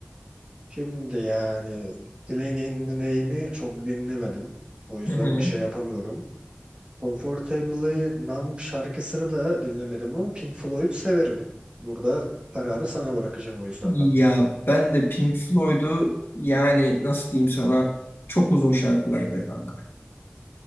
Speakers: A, on the right; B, on the left.
A: Şimdi yani Killing in the Name'i çok dinlemedim. O yüzden
B: Hı hı.
A: bir şey yapamıyorum. Comfortably Numb şarkısını da dinlemedim ama Pink Floyd severim. Burada kararı sana bırakacağım o yüzden
B: Ya
A: ben.
B: ben de Pink Floyd'u yani nasıl diyeyim sana çok uzun şarkıları be kanka.